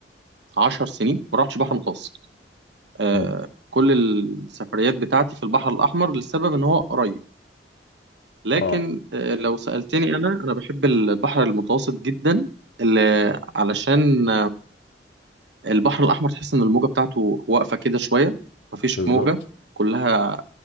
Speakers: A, on the right (about 70°); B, on the left (about 80°).
A: عشر سنين ما رحتش بحر متوسط آه
B: مم.
A: كل السفريات بتاعتي في البحر الاحمر لسبب ان هو قريب لكن
B: اه
A: آه لو سالتني انا انا بحب البحر المتوسط جدا ل- علشان البحر الأحمر تحس إن الموجة بتاعته واقفة كده شوية مفيش
B: بالظبط
A: موجة كلها